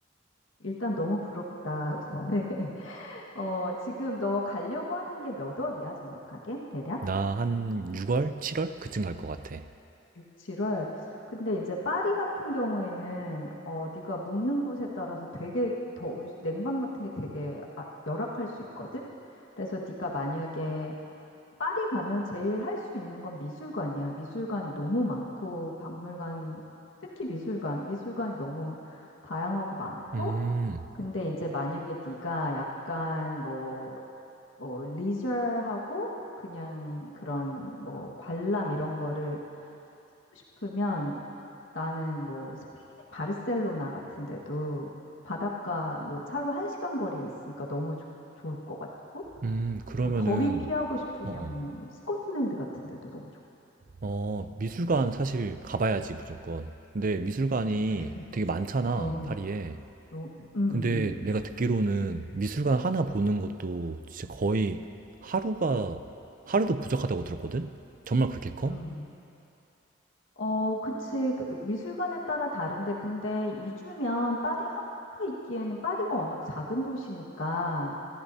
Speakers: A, on the left; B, on the right.
A: 일단 너무 부럽다. <laughs> 근데, 어, 지금 너 가려고 하는 게 몇 월이야, 정확하게? 대략?
B: 나 한 6월, 7월 그쯤 갈 것 같아.
A: 6, 7월. 근데 이제 파리 같은 경우에는 어 네가 묵는 곳에 따라서 되게 더 냉방 같은 게 되게 아- 열악할 수 있거든. 그래서 네가 만약에 파리 가면 제일 할 수 있는 건 미술관이야. 미술관이 너무 많고 박물관 특히 미술관 미술관이 너무 다양하고 많고
B: 음,
A: 근데 이제 만약에 네가 약간 뭐 뭐 리저하고 그냥 그런 뭐 관람 이런 거를 싶으면 나는 뭐 스페인의 바르셀로나 같은 데도 바닷가 뭐 차로 한 시간 거리에 있으니까 너무 좋- 좋을 것 같고
B: 음, 그러면은,
A: 뭐 더위 피하고 싶으면
B: 어, 어.
A: 뭐 스코틀랜드 같은 데도 너무 좋고
B: 어, 미술관 사실 가봐야지, 무조건. 근데 미술관이
A: <laughs> 그랬지.
B: 되게 많잖아,
A: 어,
B: 파리에.
A: 너, 음,
B: 근데
A: 음, 음.
B: 내가 듣기로는 미술관 하나 보는 것도 진짜 거의 하루가, 하루도 부족하다고 들었거든? 정말 그렇게 커?
A: 음. 어, 그치. 그 미술관에 따라 다른데 근데 2주면 파리 한 군데 있기에는 파리가 워낙 작은 도시니까